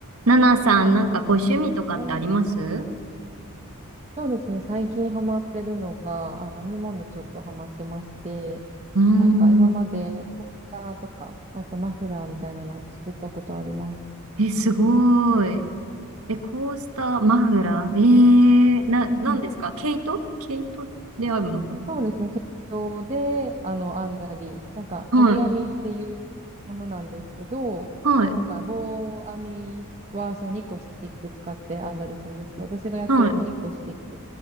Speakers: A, on the right; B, on the right.
A: ナナさん、なんかご趣味とかってあります
B: うんそうですね。最近ハマってるのが、あの、編み物ちょっとハマってまして、
A: うーん。
B: なんか今までコースターとか、
A: は
B: あとマフラーみたいなのを作ったことあります。
A: い。え、すごい。え、コースター、マフラーえー、な、
B: うんうん。
A: なんですか毛糸毛糸であるのか
B: そうですね。毛糸で、あの、編んだり、なんか、
A: なはい。
B: 鍵編みっていうものなんですけど、
A: はい。
B: なんか、棒編みは、その2個スティック使って編んだりするんですけど、私がやってるのは1個スティック
A: はい。